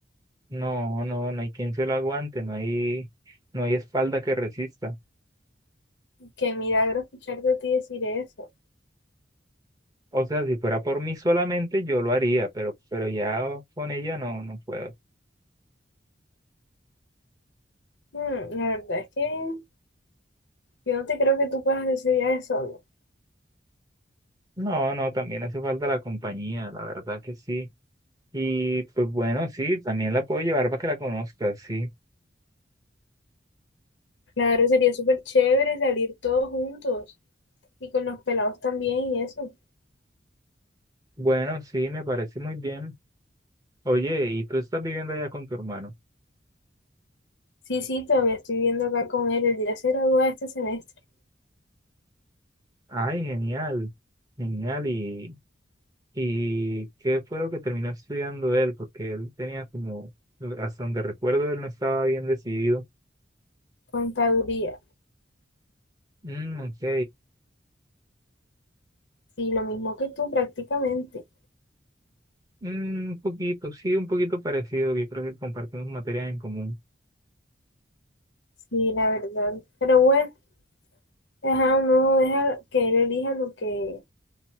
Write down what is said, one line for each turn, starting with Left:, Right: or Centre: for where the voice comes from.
Right: No, no, no hay quien se lo aguante, no hay, no hay espalda que resista.
Left: qué milagro escuchar de ti decir eso.
Right: O sea, si fuera por mí solamente, yo lo haría, pero, pero ya con ella no, no puedo.
Left: Mm, la verdad es que yo no te creo que tú puedas hacer ese viaje solo.
Right: No, no, también hace falta la compañía, la verdad que sí. Y pues bueno, sí, también la puedo llevar para que la conozca, sí.
Left: Claro, sería súper chévere salir todos juntos y con los pelados también y eso.
Right: Bueno, sí, me parece muy bien. Oye, ¿y tú estás viviendo allá con tu hermano?
Left: Sí, sí, todavía estoy viendo acá con él. Él ya se gradúa este semestre,
Right: Ay, genial, genial. ¿Y, y qué fue lo que terminó estudiando él? Porque él tenía como, hasta donde recuerdo, él no estaba bien decidido.
Left: contaduría.
Right: Mm, ok.
Left: Y lo mismo que tú prácticamente.
Right: Mm, un poquito, sí, un poquito parecido. Yo creo que compartimos materias en común.
Left: Sí, la verdad. Pero bueno, ajá, uno deja que él elija lo que,